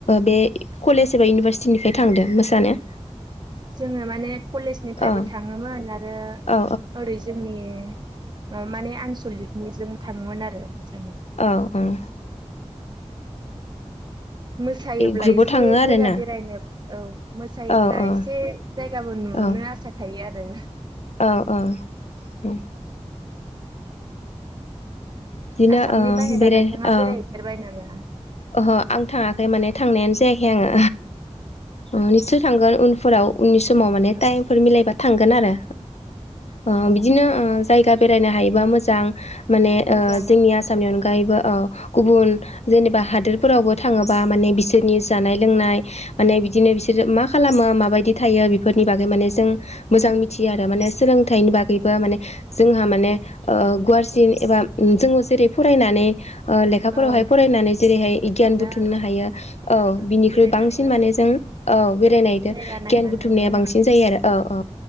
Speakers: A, on the left; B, on the right.
A: बे कलेज एबा इउनिभार सिटिनिफ्राय थांदो मोसानो
B: जोंङो माने कलेजनिफ्रायबो
A: औ
B: थांङोमोन आरो
A: औ
B: ओरै जोंनि ओ माने आनसलिकनि जों थांङोमोन आरो मोसानो
A: औ उम
B: मोसायोब्ला
A: ग्रुपाव
B: एसे
A: थाङो आरोना
B: जायगा बेरायनो औ मोसायोब्ला
A: औ औ
B: एसे जायगाबो नुनो
A: औ
B: आसा थायो आरो दे
A: औ औ उम बिदिनो
B: आसामनि
A: ओ
B: बाहेरा
A: बेराय
B: नोंथांङा
A: औ
B: बेरायहैफेरबाय नामा
A: ओहो आं थांङाखै माने थांनायानो जायाखै आंङो उम निस्सय थांगोन उन फोराव उननि स समाव माने
B: औ
A: टाइमफोर मिलायबा थांग गोन आरो ओ बिदिनो ओ जायगा बेरायनो हायोबा मोजां माने
B: मोजां
A: ओ जोंनि
B: औ
A: आसामनि अनगायैबो
B: एसेबाबो
A: अ गुबुन जेनेबा हादोरफोरावबो थांङोबा माने बिसोरनि जानाय लोंनाय माने बिदिनो बिसोरो मा खालामो मा बायदि थायो फोरनि बागै माने जों मोजां बियो आरो माने सोलों थायनि बागैबो
B: औ
A: माने जोंहा माने ओ गुवारसिन एबा उम जोंङो जेरै फरायनानै ओ लेखाफोरावहाय
B: औ
A: फरायनानै बेहाय गियान
B: मोनो
A: बुथुमनो
B: औ
A: हायो औ बिनिख्रुइ
B: बेरायनानैबो
A: बांसिन माने
B: हायो
A: जों औ बेरायनायदो
B: जायगा नायनानै
A: गियान बुथुमनाया
B: औ औ
A: बांसिन जायो आरो औ औ